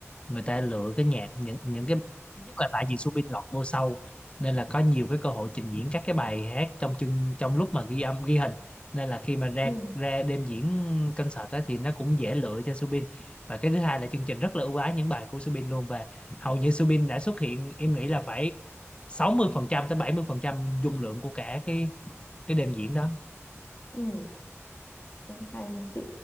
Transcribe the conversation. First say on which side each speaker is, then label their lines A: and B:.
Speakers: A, on the left (about 20°); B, on the left (about 40°).
A: người ta lựa cái nhạc những những cái thứ nhất là tại vì Subin lọt vô sau nên là có nhiều cái cơ hội trình diễn các cái bài hát trong chương trong lúc mà ghi âm ghi hình nên là khi mà ra
B: ừ
A: ra đêm diễn concert đó thì nó cũng dễ lựa cho Subin và cái thứ hai là chương trình rất là ưu ái những bài của Subin luôn và hầu như Subin đã xuất hiện em nghĩ là phải 60% tới 70% dung lượng của cả cái cái đêm diễn đó
B: ừ Đấy, hay chị